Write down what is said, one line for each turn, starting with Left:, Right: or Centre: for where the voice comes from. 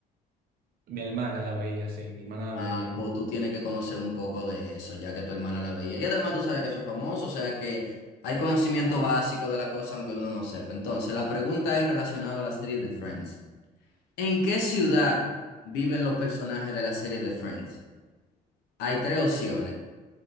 Right: Mi hermana la veía, sí, mi hermana
Left: Ah,
Right: la veía.
Left: pues tú tienes que conocer un poco de eso, ya que tu hermana la veía. Y además tú sabes que eso es famoso, o sea que hay conocimiento básico de la cosa, aunque uno no sepa. Entonces, la pregunta es relacionada a la serie de Friends. ¿En qué ciudad viven los personajes de la serie de Friends? Hay tres opciones.